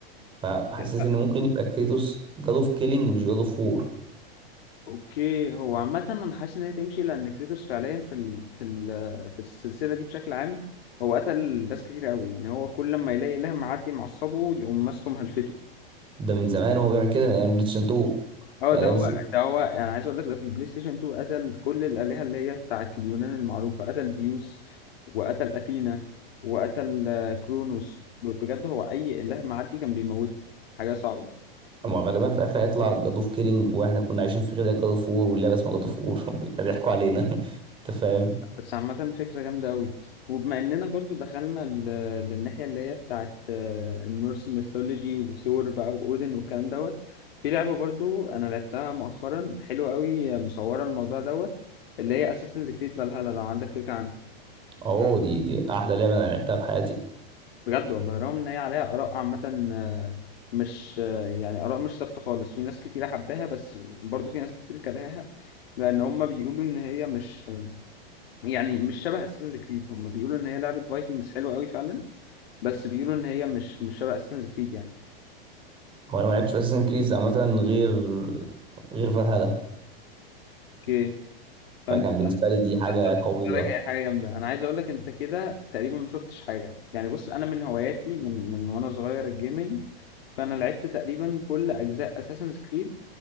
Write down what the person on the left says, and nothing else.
لا
اوكي هو عامة انا حاسس ان هي تمشي لان كريتوس فعليا في ال... في ال... في السلسلة دي بشكل عام هو قتل ناس كتير قوي يعني هو كل ما يلاقي اله معدي معصبه يقوم ماسكه مهلفته
اه
ده
هو
ده هو انا عايز اقول لك ده في البلاي ستيشن 2 قتل كل الالهة اللي هي بتاعت اليونان المعروفة قتل زيوس وقتل اثينا وقتل آه، كرونوس بجد هو اي اله معدي كان بيموته حاجة صعبة
بس عامة فكرة جامدة قوي وبما اننا برضو دخلنا ال- للناحية اللي هي بتاعت آه، النورس ميثولوجي وثور بقى واودن والكلام دوت في لعبة برضو انا لعبتها مؤخرا حلوة قوي آه، مصورة الموضوع دوت اللي هي اساسنز كريد فالهالا لو عندك فكرة عنها
بجد والله رغم ان هي عليها اراء عامة آه، مش آه، يعني اراء مش ثابتة خالص في ناس كتيرة حباها بس برضو في ناس كتير كرهاها لان هم بيقولوا ان هي مش يعني مش شبه اساسنز كريد هم بيقولوا ان هي لعبة فايكنجز حلوة قوي فعلا بس بيقولوا ان هي مش مش شبه اساسنز كريد يعني
اوكي فانت
قابلت
بالك هي حاجه جامده انا عايز اقول لك انت كده تقريبا ما شفتش حاجه يعني بص انا من هواياتي من من وانا صغير الجيمنج فانا لعبت تقريبا كل اجزاء اساسنز كريد